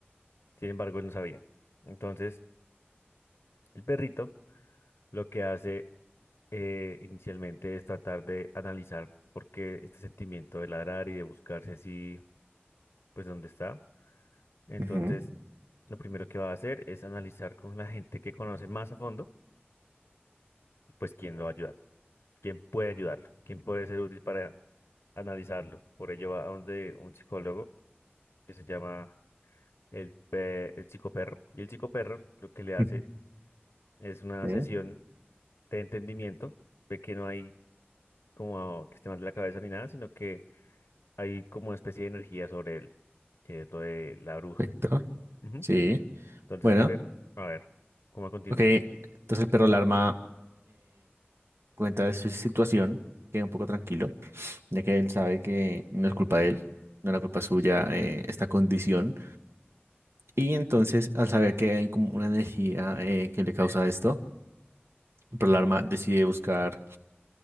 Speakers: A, on the left; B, on the right.
A: Sin embargo, él no sabía. Entonces, el perrito lo que hace eh, inicialmente es tratar de analizar por qué este sentimiento de ladrar y de buscarse así, pues, dónde está. Entonces,
B: Ujú.
A: lo primero que va a hacer es analizar con la gente que conoce más a fondo pues quién lo va a ayudar, quién puede ayudarlo, quién puede ser útil para analizarlo. Por ello va a donde un psicólogo que se llama el, pe- el psicoperro. Y el psicoperro lo que le hace
B: <laughs>
A: es una
B: Sí.
A: sesión de entendimiento, de que no hay como que esté mal de la cabeza ni nada, sino que hay como una especie de energía sobre él, que es lo de la bruja.
B: Perfecto.
A: Ujú.
B: Sí.
A: Entonces
B: Bueno,
A: el per... A ver, ¿cómo continúas?
B: ok. Entonces el perro alarma cuenta de su situación, queda un poco tranquilo, ya que él sabe que no es culpa de él, no es la culpa suya eh, esta condición. Y entonces, al saber que hay como una energía eh, que le causa esto, Pearl Alarma decide buscar